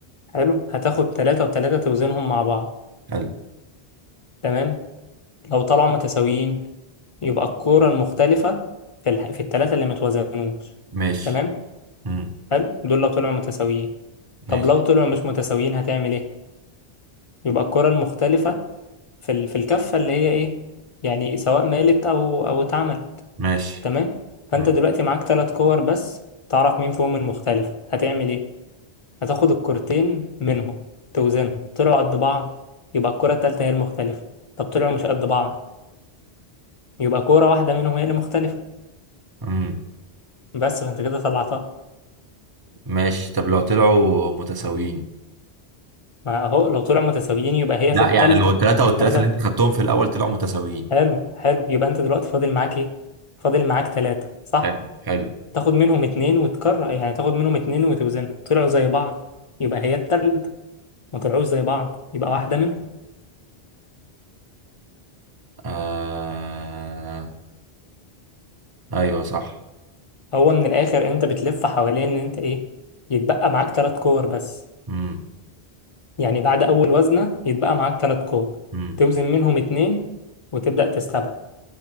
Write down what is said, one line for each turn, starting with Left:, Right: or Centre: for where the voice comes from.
Left: حلو هتاخد تلاتة وتلاتة توزنهم مع بعض
Right: حلو
Left: تمام لو طلعوا متساويين يبقى الكورة المختلفة في الح... في التلاتة اللي متوازنوش
Right: ماشي
Left: تمام
Right: مم.
Left: حلو دول لو طلعوا متساويين طب
Right: ماشي
Left: لو طلعوا مش متساويين هتعمل ايه يبقى الكورة المختلفة في ال... في الكفة اللي هي ايه يعني سواء مالت او او اتعمل
Right: ماشي
Left: تمام فانت
Right: مم.
Left: دلوقتي معاك تلات كور بس تعرف مين فيهم المختلفة هتعمل ايه هتاخد الكرتين منهم توزنهم طلعوا قد بعض يبقى الكرة التالتة هي المختلفة طب طلعوا مش قد بعض يبقى كرة واحدة منهم هي اللي مختلفة
Right: مم.
Left: بس فانت كده طلعتها
Right: ماشي طب لو طلعوا متساويين
Left: ما اهو لو طلعوا متساويين يبقى هي
Right: لا
Left: في التالتة
Right: يعني لو التلاتة
Left: في
Right: والتلاتة
Left: التلاتة
Right: اللي انت خدتهم في الأول طلعوا متساويين
Left: حلو حلو يبقى انت دلوقتي فاضل معاك ايه فاضل معاك تلاتة صح
Right: حلو حلو
Left: تاخد منهم اتنين وتكرر يعني تاخد منهم اتنين وتوزنهم طلعوا زي بعض يبقى هي التالتة ما طلعوش زي بعض يبقى واحدة منهم
Right: آه... ايوه صح
Left: هو من الآخر انت بتلف حوالين ان انت ايه يتبقى معاك تلات كور بس
Right: امم
Left: يعني بعد أول وزنة يتبقى معاك تلات كور
Right: امم
Left: توزن منهم اتنين وتبدأ تستبعد